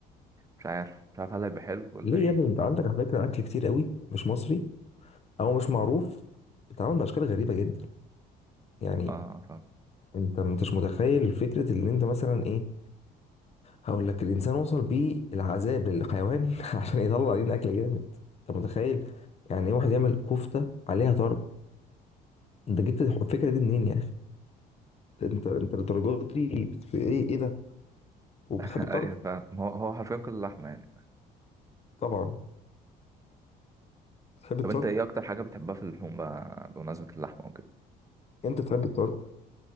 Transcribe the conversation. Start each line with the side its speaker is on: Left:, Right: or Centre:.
Right: مش عارف مش عارف هل هيبقى حلو ولا
Left: ليه
Right: ايه
Left: يا ابني انت عندك على فكره اكل كتير قوي مش مصري او مش معروف بيتعمل باشكال غريبه جدا يعني
Right: اه فاهم
Left: انت ما انتش متخيل فكره ان انت مثلا ايه هقول لك الانسان وصل بيه العذاب للحيوان <laughs> عشان يطلع لنا اكل جامد انت متخيل يعني ايه واحد يعمل كفته عليها طرب انت جبت الح- الفكره دي منين يا اخي انت انت للدرجه دي بت- في ايه ايه ده وبتحب
Right: <laughs>
Left: الطرب
Right: ايوه فاهم هو هو حرفيا كل اللحمه يعني
Left: طبعا بتحب الطرب
Right: طب انت ايه اكتر حاجه بتحبها في اللحوم بقى بمناسبه اللحمه
Left: انت بتحب الطرب